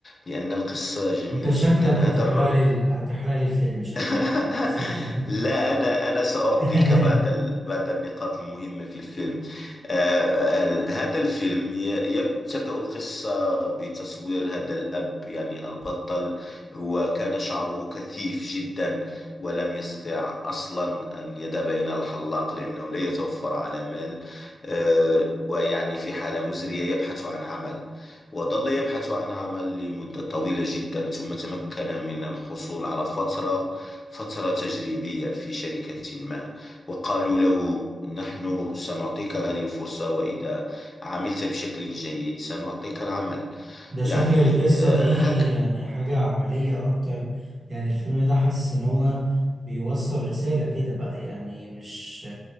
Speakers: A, on the left; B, on the right.
A: لأن القصة جميلة
B: انت شكلك
A: جدا هذا
B: هتحرق
A: الر-
B: لي ال- هتحرق لي الفيلم شكلك
A: <laughs>
B: يعني صدقني
A: لا أنا أنا سأعطيك
B: <laughs>
A: بعد ال... بعد النقاط المهمة في الفيلم آه ال- هذا الفيلم ي... يب... تبدأ القصة بتصوير هذا الأب يعني البطل هو كان شعره كثيف جدا ولم يستطع أصلا أن يذهب إلى الحلاق لأنه لا يتوفر على مال آه ويعني في حالة مزرية يبحث عن عمل وظل يبحث عن عمل لمدة طويلة جدا ثم تمكن من الحصول على فترة فترة تجريبية في شركة ما وقالوا له نحن سنعطيك هذه الفرصة وإذا عملت بشكل جيد سنعطيك العمل
B: ده شكل
A: يعني
B: القصة
A: آه،
B: دي
A: هكذا
B: يعني حاجة عملية اكتر يعني الفيلم ده حاسس ان هو بيوصل رسالة كده بقى يعني مش